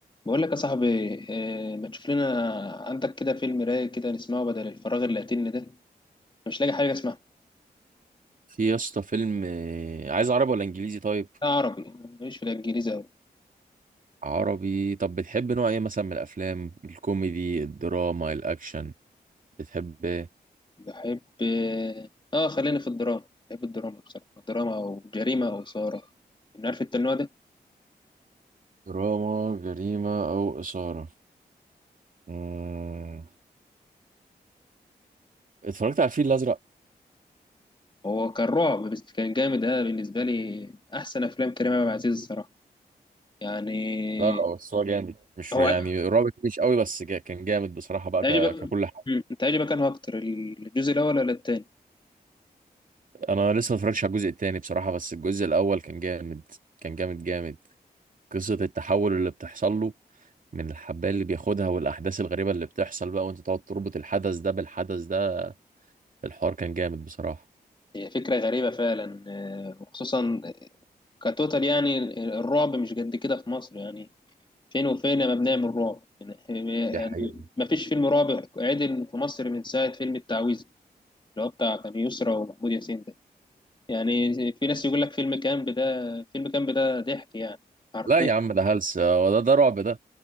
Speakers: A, on the left (about 25°); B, on the right (about 50°).
A: بقول لك يا صاحبي إيه ما تشوف لنا عندك كده فيلم رايق كده نسمعه بدل الفراغ اللي قاتلني ده أنا مش لاقي حاجه اسمعها
B: في يا اسطى فيلم آه، عايز عربي ولا انجليزي طيب
A: لا عربي ماليش في الانجليزي قوي
B: عربي طب بتحب نوع ايه مثلا من الافلام الكوميدي الدراما الاكشن بتحب ايه
A: بحب اه آه، خلينا في الدراما بحب الدراما بصراحه الدراما او جريمه او اثاره إن عارف انت النوع ده
B: دراما جريمة او اثارة مم. اتفرجت على الفيل الازرق
A: هو كان رعب بس كان جامد ده بالنسبه لي احسن افلام كريم عبد العزيز الصراحه يعني
B: لا بس هو جامد مش
A: هو
B: يعني رابط مش قوي بس جا كان جامد بصراحة بقى
A: عجبك
B: ك- ككل حاجة
A: انت عجبك انه اكتر الجزء الاول ولا التاني
B: انا لسه ما اتفرجتش على الجزء التاني بصراحة بس الجزء الاول كان جامد كان جامد جامد قصة التحول اللي بتحصل له من الحبايه اللي بياخدها والاحداث الغريبه اللي بتحصل بقى وانت تقعد تربط الحدث ده بالحدث ده الحوار كان جامد بصراحه
A: هي فكرة غريبة فعلا آه، وخصوصا كتوتال يعني الرعب مش قد كده في مصر يعني فين وفين ما بنعمل رعب يعني يعني
B: دي حقيقة
A: ما فيش فيلم رعب عدل في مصر من ساعة فيلم التعويذة اللي هو بتاع كان يسرا ومحمود ياسين ده يعني في ناس يقول لك فيلم كامب ده فيلم كامب ده ضحك يعني حرفيا
B: لا يا عم ده هلس هو ده ده رعب ده